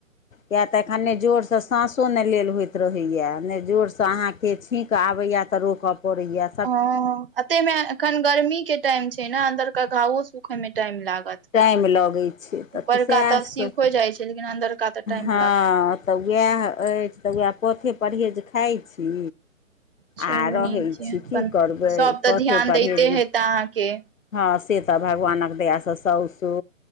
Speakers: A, on the left (about 70°); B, on the right (about 45°).
A: किएक तऽ एखन नइ जोरसँ साँसो नइ लेल होइत रहैए, नइ जोरसँ अहाँके। के छीक आबैय तऽ रोकऽ पड़ैय।
B: हँ, अते में एखन गर्मी के टाइम छै ने अन्दर के घावों सुखे में टाइम लागत।
A: टाइम लगै छै,
B: ऊपरका
A: तऽ सैह सब,
B: ठीक हो जाइ छै लेकिन अन्दरका तऽ टाइम
A: हँ।
B: लागत
A: तऽ वैऽह अछि तऽ वैऽह पथे परहेज खाइ छी।
B: चलू
A: आ रहै
B: नीक य
A: छी,
B: अपन
A: की करबै
B: सब
A: पथे
B: ध्यान
A: परहेज
B: दैते हेता
A: बिन
B: तऽ अहाँके
A: हँ से तऽ भगवानक दया स साउसो